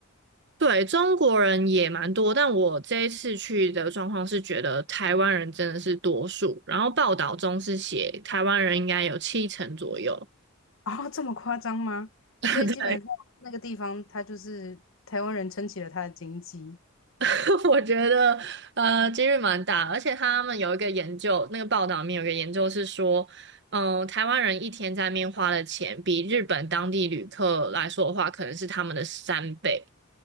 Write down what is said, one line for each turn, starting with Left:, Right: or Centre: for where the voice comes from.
Right: 对，中国人也蛮多，但我这一次去的状况是觉得台湾人真的是多数，然后报道中是写台湾人应该有七成左右。
Left: 哦，这么夸张吗？
Right: <laughs>
Left: 所以基本上那个地方，
Right: 对，
Left: 他就是台湾人撑起了他的经济
Right: <laughs> 我觉得呃几率蛮大，而且他们有一个研究，那个报道里面有一个研究是说，嗯、台湾人一天在那边花的钱，比日本当地旅客来说的话，可能是他们的三倍。